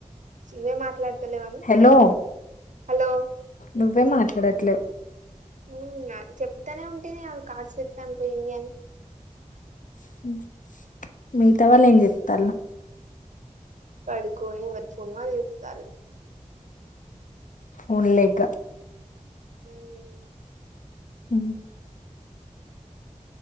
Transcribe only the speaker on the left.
హలో
నువ్వే మాట్లాడట్లేవు
హు మిగతా వాళ్ళు ఏం చేత్తాళ్లు
ఫోన్లే ఇగ
హు